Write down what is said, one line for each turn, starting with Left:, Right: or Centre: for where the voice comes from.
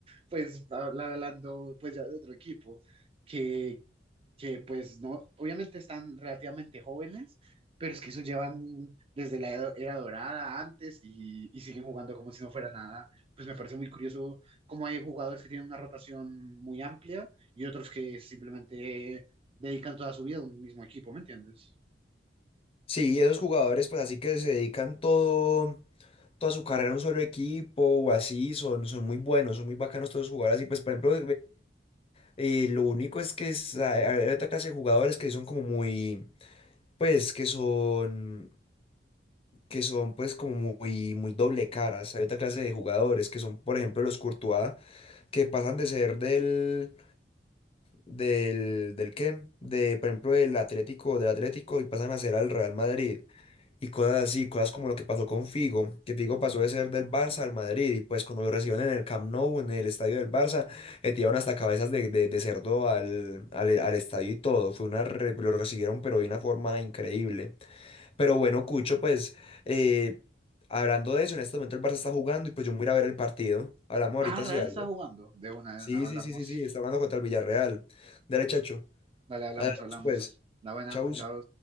Right: pues habla- hablando pues ya de otro equipo, que, que pues no, obviamente están relativamente jóvenes, pero es que eso llevan desde la edo- era dorada antes y, y siguen jugando como si no fuera nada. Pues me parece muy curioso cómo hay jugadores que tienen una rotación muy amplia y otros que simplemente dedican toda su vida a un mismo equipo, ¿me entiendes?
Left: Sí, esos jugadores, pues así que se dedican todo, toda su carrera a un solo equipo o así, son, son muy buenos, son muy bacanos todos los jugadores. Y pues, por ejemplo, Eh, lo único es que es- hay hay otra clase de jugadores que son como muy, pues, que son, que son, pues, como muy, muy doble caras. Hay otra clase de jugadores que son, por ejemplo, los Courtois, que pasan de ser del, del, del qué, de por ejemplo del Atlético, del Atlético y pasan a ser al Real Madrid y cosas así, cosas como lo que pasó con Figo, que Figo pasó de ser del Barça al Madrid y pues cuando lo recibieron en el Camp Nou, en el estadio del Barça, le tiraron hasta cabezas de, de, de cerdo al, al, al estadio y todo, fue una, re- lo recibieron pero de una forma increíble, pero bueno, Cucho, pues... eh, Hablando de eso, en este momento el Barça está jugando y pues yo me voy a ir a ver el partido. Hablamos
Right: Ah,
Left: ahorita
Right: Real
Left: si algo.
Right: está jugando. De una,
Left: Sí,
Right: de una, hablamos.
Left: sí, sí, sí, sí, está jugando contra el Villarreal. Dale, chacho.
Right: Dale, hablamos,
Left: Ahí Hablamos
Right: hablamos.
Left: pues.
Right: La buena,
Left: Chau.
Right: chao.